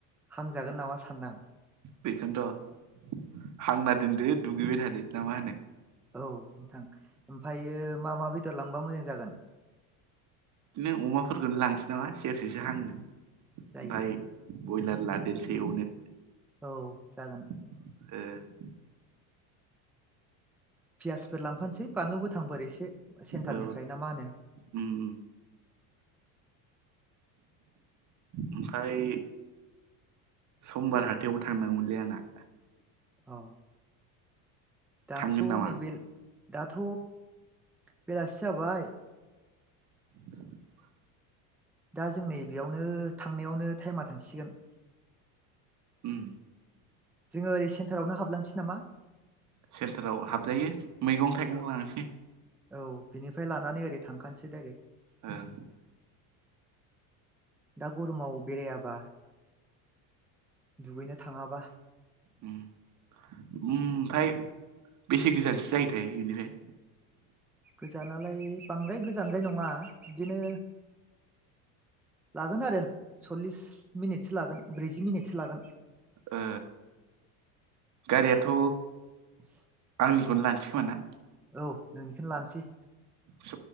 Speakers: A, in the centre; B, on the right (about 40°).
A: हांजागोन नामा सानदो आं।
B: बेखौनोथ' हांना दोनदो दुगैबाय थादो ना मा होनो।
A: औ नोंथां ओमफ्रायो मा मा बेदर लांबा मोजां जागोन।
B: बिदिनो अमाफोरखौनो लांसै नामा सेरसेसो हांनो ओमफाय
A: जायो
B: बयलार लादेरसै एवनो
A: औ जागोन।
B: ओ
A: पियासफोर लांफानोसै बानलु गोथांफोर एसे सेन्टारनिफ्राय
B: औ
A: ना मा होनो।
B: उम उम
A: <inaudible>
B: ओमफाय समबार हाथायावबो थांनांगौमोनलै आंना
A: औ दाथ'
B: थांगोन नामा?
A: नै बिल दाथ' बेलासि जाबाय
B: <inaudible>
A: दा जों नै बेयावनो थांनायावनो थाइमा थांसिगोन।
B: ओम
A: जोङो ओरै सेन्टारावनो हाबलांसै नामा
B: सेन्टाराव हाबजायो मैगं थाइगं
A: औ
B: लांसै
A: औ बिनिफ्राय लानानै ओरै थांखानोसै डाइरेक्ट
B: ओं।
A: दा गरमाव बेरायाबा दुगैनो थाङाबा
B: ओम ओम ओमफाय बेसे गोजानसो जायोथाय इनिफाय?
A: गोजानालाय बांद्राय गोजानद्राय नङा बिदिनो लागोन आरो सल्लिस मिनिटसो लागोन ब्रैजि मिनिटसो लागोन।
B: ओ गारियाथ'
A: <inaudible>
B: आंनिखौनो लानोसै खोमा ना?
A: औ नोंनिखोनो लानोसै।
B: ज'